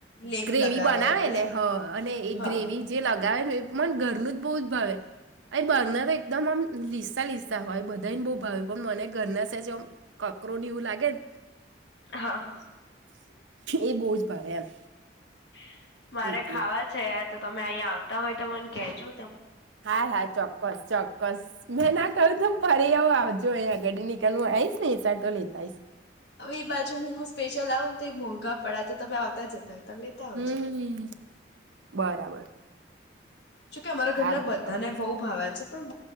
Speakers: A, on the left; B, on the right.
A: લેપ
B: ગ્રેવી
A: લગાવે
B: બનાવે
A: એટલે
B: ને હા, અને એ
A: હા
B: ગ્રેવી જે લગાવે ને એ મન ઘરનું જ બહુ જ ભાવે. અઈ બહાર તો એકદમ આમ લીસા લીસ સા હોય બધાને બહુ ભાવે પણ મને ઘરના જમ કકરુ ને એવું લાગેન
A: હા.
B: એ બોવ જ ભાવે એમ.
A: <inaudible> મારે
B: એટલે
A: ખાવા છે યાર તો તમે અહીંયા આવતા હોય તો મન કેજો
B: હા, હા, ચોક્કસ-ચોક્કસ. મેં ના કર્યું તો ફરી આવ આવજો અહીંયા <unintelligible> નીકલનું આઈશ ને એસાર તો લેતાઈશ.
A: હવે એ બાજુ હું સ્પેશલ આવું ને તો એ મુરઘા પ પણા તો તમે આવતા જ હતા. જ ત લ ત આવજો.
B: હમ બરાબર.
A: જો કે અમારા ઘરના
B: હા હા
A: બધાને
B: ચોક્કસ
A: બહુ ભાવે છે. પણ